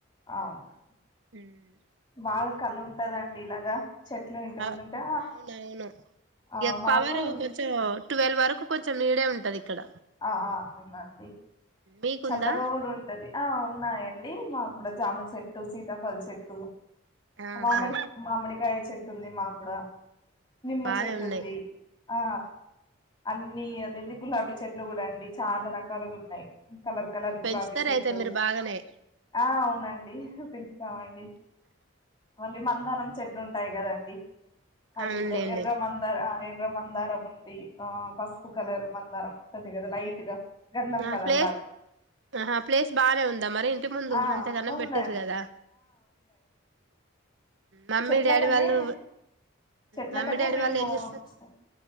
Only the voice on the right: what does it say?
హ్మ్
అ
అవునవును
ఇగ
పవర్
కొంచెం ట్వెల్వ్ వరకు కొంచెం నీడే ఉంటది ఇక్కడ
మీకుందా
ఆహా
బానే
ఉన్నాయి
పెంచుతారు
అయితే మీరు బాగానే
అవునులేండి
ఆ
ప్లేస్
ఆహా ప్లేస్ బానే ఉందా మరి ఇంటి ముందు
అంతగనం
పెట్టిరు కదా మమ్మీ
డాడీ వాళ్ళు
మమ్మీ డాడీ
వాళ్ళు ఏం చేస్తారు